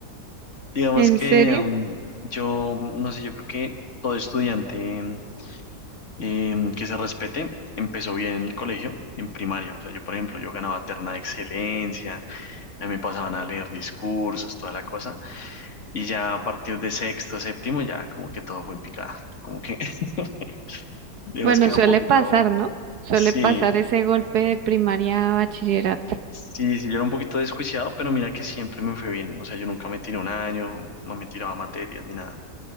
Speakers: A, on the left; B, on the right.
A: Digamos
B: ¿En
A: que
B: serio?
A: mm, yo, mm, no sé, yo creo que todo estudiante mm, em, que se respete empezó bien en el colegio, en primaria. O sea, yo, por ejemplo, yo ganaba terna de excelencia A mí me pasaban a leer discursos, toda la cosa. Y ya a partir de sexto, séptimo, ya como que todo fue en picada. Como que, <laughs> digamos
B: Bueno,
A: que era
B: suele
A: un poquito.
B: pasar, ¿no? Suele
A: Sí,
B: pasar ese golpe de primaria a bachillerato.
A: sí, sí, yo era un poquito desjuiciado, pero mira que siempre me fue bien. O sea, yo nunca me tiré un año, no me tiraba materias ni nada.